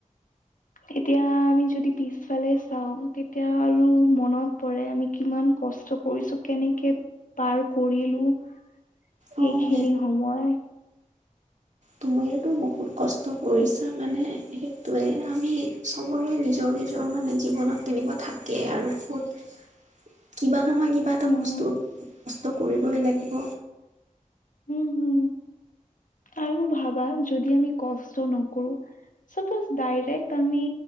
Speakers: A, on the left; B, on the right.
A: তেট। তেতিয়া আমি যদি পিছফালে চাওঁ তেতিয়া আৰু মনত পৰে আমি কিমান কষ্ট কৰিছো কেনেকে পাৰ কৰিলো সেইখিনি
B: অ'
A: সময়
B: তুমিটো বহুত কষ্ট কৰিছা মানে সেইটোৱে আমি চবৰে নিজৰ নিজৰ মানে জীৱনত তেনেকুৱা থাকে আৰু কত কিবা নহয় কিবা এটা
A: উম
B: বস্তু কষ্ট কৰিবই লাগিব।
A: উম হম। আৰু ভাবা যদি আমি কষ্ট নকৰো চাপ'জ ডাইৰেক্ট আমি